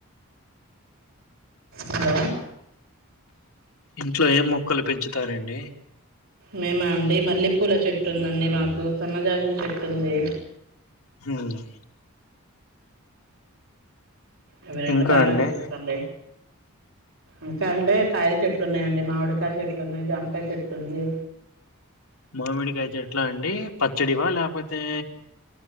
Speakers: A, on the right; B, on the left.
A: హలో
B: ఇంట్లో ఏం మొక్కలు పెంచుతారండి
A: మేమా అండి మల్లెపూల చెట్టు ఉందండి మాకు సన్నజాజుల చెట్టు ఉంది
B: అందంగా
A: ఇవి రెండు
B: ఇంకా
A: బాగ
B: అండి
A: తీర్పుతుండే ఇంకా అండి కాయల చెట్లు ఉన్నాయండి మామిడికాయల చెట్లు ఉన్నాయి జామకాయ చెట్లు ఉంది
B: మామిడికాయ చెట్లా అండి పచ్చడివా లేకపోతే